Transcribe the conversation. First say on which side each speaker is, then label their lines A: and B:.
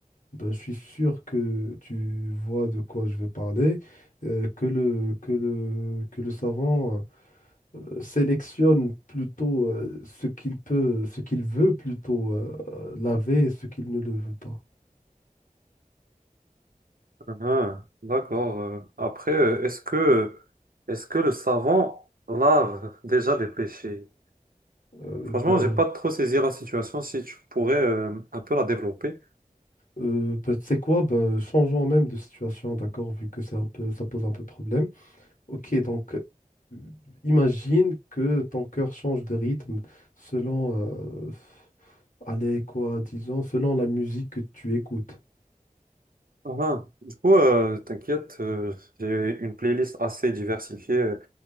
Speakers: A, on the left; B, on the right.
A: Ben, je suis sûr que tu vois de quoi je veux parler, euh, que le, que le, que le savant euh, sélectionne plutôt euh, ce qu'il peut, ce qu'il veut plutôt euh, euh, laver et ce qu'il ne le veut pas.
B: Mhm. D'accord. euh. Après, euh, est-ce que, est-ce que le savon lave déjà des péchés?
A: Euh,
B: Franchement,
A: ben,
B: j'ai pas trop saisi la situation. Si tu pourrais euh, un peu la développer.
A: euh, ben, tu sais quoi, ben, changeons même de situation, d'accord, vu que c'est un peu, ça pose un peu problème. Ok, donc euh, imagine que ton cœur change de rythme selon, euh, allez, quoi, disons, selon la musique que tu écoutes.
B: Mhm. Du coup, euh, t'inquiète, euh, j'ai une playlist assez diversifiée. euh,